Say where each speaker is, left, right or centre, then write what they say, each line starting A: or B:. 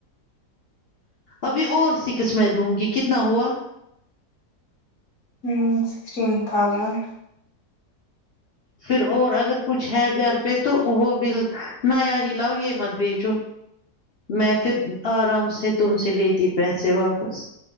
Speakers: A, on the left; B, on the left.
A: ابھی اور س قسمیں دوں گی کتنا ہوا
B: ہ سکسٹین تھاؤزنڈ
A: پھر اور اگر کچھ ہے گھر پہ تو وہ بل نایا ہی لاؤ یہ مت بیچو میں پھر آرام سے تم سے لیتی پیسے واپس